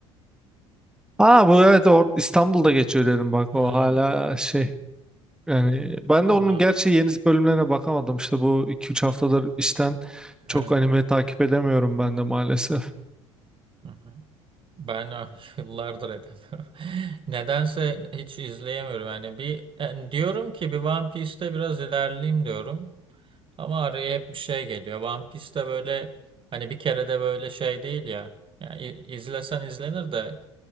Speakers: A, in the centre; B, on the right.
A: Ha bu evet or İstanbul'da geçiyor dedim bak
B: Hmm.
A: o hala şey yani ben
B: Ona
A: de onun gerçi yeni bölümlerine bakamadım işte bu iki üç haftadır işten çok
B: evet.
A: anime takip edemiyorum ben de maalesef.
B: Hı hı. Ben ah, <laughs> yıllardır edemiyorum. <laughs> Nedense hiç izleyemiyorum. Yani bir yani diyorum ki bir One Piece'te biraz ilerleyeyim diyorum. Ama araya hep bir şey geliyor. One Piece'te böyle hani bir kere de böyle şey değil ya. Yani i- izlesen izlenir de